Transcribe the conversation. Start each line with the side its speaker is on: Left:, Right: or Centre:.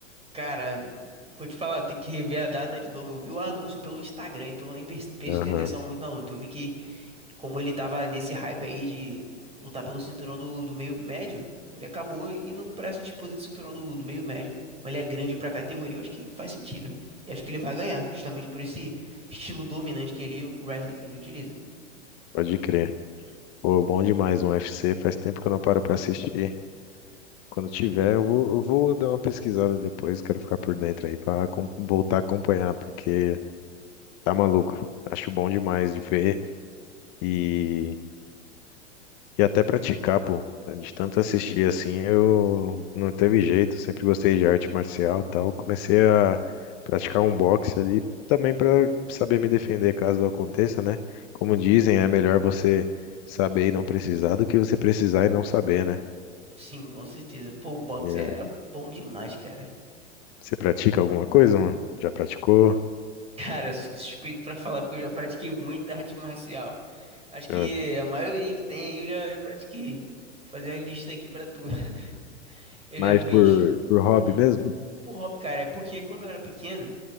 Right: Cara, vou te falar, tem que rever a data de novo. Eu vi o anúncio pelo Instagram, então eu nem pres- prestei
Left: Aham,
Right: atenção muito na luta. Eu vi que, como ele tava nesse hype aí de lutar pelo cinturão do, do meio médio, ele acabou indo pra essa disputa de cinturão do, do meio médio. Mas ele é grande pra categoria, eu acho que faz sentido. E acho que ele vai ganhar, justamente por esse estilo dominante que ele, o wrestling que ele utiliza.
Left: pode crer. Pô, bom demais um UFC, faz tempo que eu não paro pra assistir. Quando tiver, eu vou, eu vou dar uma pesquisada depois, quero ficar por dentro aí pra acom- voltar a acompanhar, porque Tá maluco. Acho bom demais de ver e, e até praticar, pô. De tanto assistir assim, eu não teve jeito, sempre gostei de arte marcial e tal. Comecei a praticar um boxe ali também pra saber me defender caso aconteça, né? Como dizem, é melhor você saber e não precisar do que você precisar e não saber, né?
Right: Sim, com certeza. Pô, o boxe
Left: E, é,
Right: é bom demais, cara.
Left: Você pratica alguma coisa, mano? Já praticou?
Right: Cara, sou suspeito pra falar porque eu já pratiquei muita arte marcial. Acho que
Left: Ah,
Right: a maioria que tem aí eu já, já pratiquei. Vou fazer a lista aqui pra tu. <laughs> Eu
Left: Mais
Right: já fiz.
Left: por, por hobby
Right: Hum.
Left: mesmo?
Right: Por hobby, cara, é porque quando eu era pequeno,